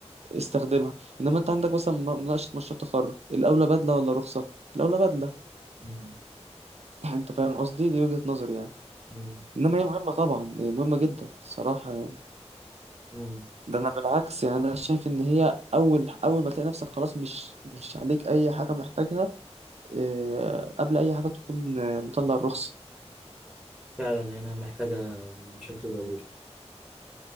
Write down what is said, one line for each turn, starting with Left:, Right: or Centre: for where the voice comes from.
Right: استخدمها إنما أنت عندك مثلا م- مناقشة مشروع تخرج الأولى بدلة ولا رخصة؟ الأولى بدلة
Centre: مم.
Right: <laughs> <clears throat> أنت فاهم قصدي؟ دي وجهة نظري يعني
Centre: مم.
Right: إنما هي مهمة طبعا هي مهمة جدا الصراحة يعني
Centre: مم.
Right: ده انا بالعكس يعني انا شايف ان هي اول اول ما تلاقي نفسك خلاص مش مش عليك اي حاجه محتاجها آه، قبل اي حاجه تكون آه، مطلع الرخصه
Centre: فعلا هنا محتاجة بشكل ضروري